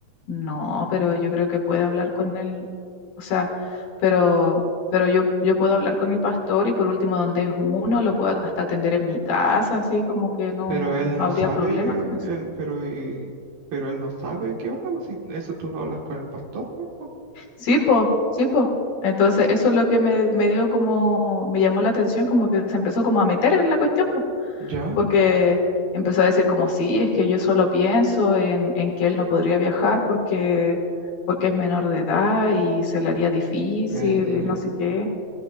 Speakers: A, on the left; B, on the right.
A: no, pero yo creo que puede hablar con él, o sea, pero, pero yo, yo puedo hablar con el pastor y por último donde es uno, lo puedo hasta atender en mi casa, así como que no,
B: Pero él
A: no
B: no
A: habría
B: sabe,
A: problema con eso.
B: él, pero y, pero él no sabe qué onda, pues si eso tú lo hablas con el pastor, ¿no? Pues,
A: Sí, po, sí, po. Entonces eso es lo que me, me dio como, me llamó la atención, como que se empezó como a meter en la cuestión, po.
B: Ya,
A: porque empezó a decir como, sí, es que yo solo pienso en, en que él no podría viajar porque, porque es menor de edad y se le haría difícil
B: eh,
A: y no sé qué.